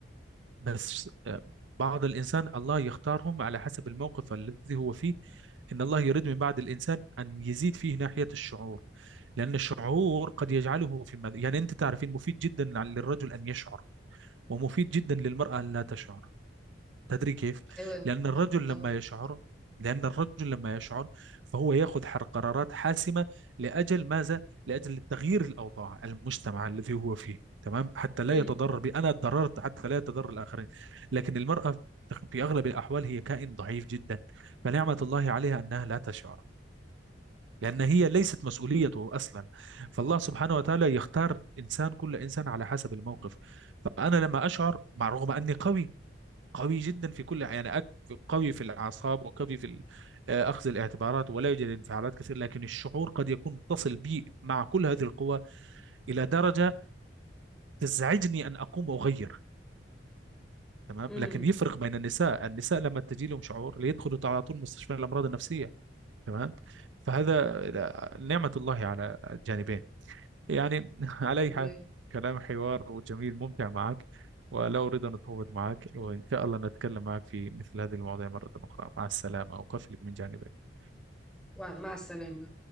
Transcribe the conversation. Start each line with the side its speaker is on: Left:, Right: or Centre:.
Right: بس آه، بعض الانسان الله يختارهم على حسب الموقف الذي هو فيه ان الله يريد من بعض الانسان ان يزيد فيه ناحيه الشعور لأن الشعور قد يجعله في مد... يعني أنت تعرفين مفيد جدا للرجل أن يشعر ومفيد جدا للمرأة أن لا تشعر تدري كيف؟
Centre: ايوه
Right: لأن الرجل
Centre: طبعا
Right: لما يشعر لأن الرجل لما يشعر فهو يأخذ حر- قرارات حاسمة لأجل ماذا؟ لأجل تغيير الأوضاع المجتمع الذي هو فيه تمام؟ حتى لا
Centre: امم
Right: يتضرر بي أنا اتضررت حتى لا يتضرر الآخرين لكن المرأة في أغلب الأحوال هي كائن ضعيف جدا فنعمة الله عليها أنها لا تشعر لأن هي ليست مسؤوليته أصلا فالله سبحانه وتعالى يختار إنسان كل إنسان على حسب الموقف فأنا لما أشعر مع رغم أني قوي قوي جدا في كل يعني أك- قوي في الأعصاب وقوي في ال- آه، أخذ الاعتبارات ولا يوجد انفعالات كثير لكن الشعور قد يكون متصل بي مع كل هذه القوى إلى درجة تزعجني أن أقوم وأغير تمام
Centre: امم
Right: لكن يفرق بين النساء النساء لما تجي لهم شعور ليدخلوا على طول مستشفى الأمراض النفسية تمام فهذا آه، نعمة الله على الجانبين يعني <laughs> على أي
Centre: كلها
Right: حال كلام حوار وجميل ممتع معك ولا أريد أن أطول معك وإن شاء الله نتكلم معك في مثل هذه المواضيع مرة أخرى مع السلامة أقفل من جانبك
Centre: ومع السلامة